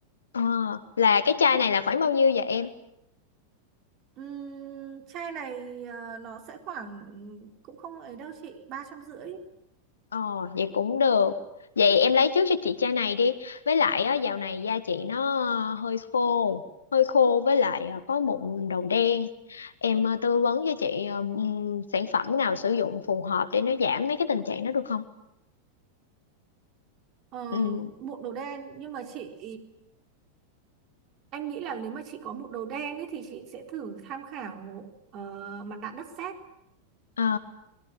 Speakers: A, on the left (about 70°); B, on the right (about 35°).
A: ờ là cái chai này là khoảng bao nhiêu vậy em?
B: Ừm, chai này ờ, nó sẽ khoảng ừm, cũng không ấy đâu chị ba trăm rưỡi
A: Ờ, vậy cũng được. Vậy em lấy trước cho chị chai này đi. Với lại á, dạo này da chị nó ờ, hơi khô, hơi khô với lại ờ, có mụn đầu đen. Em ờ, tư vấn cho chị ờ, ừm, sản phẩm nào sử dụng phù hợp để nó giảm mấy cái tình trạng đó được không?
B: Ờ,
A: Ừ.
B: mụn đầu đen nhưng mà chị em nghĩ là nếu mà chị có bộ đồ đen ấy thì chị sẽ thử tham khảo ờ, mặt nạ đất sét
A: Ờ,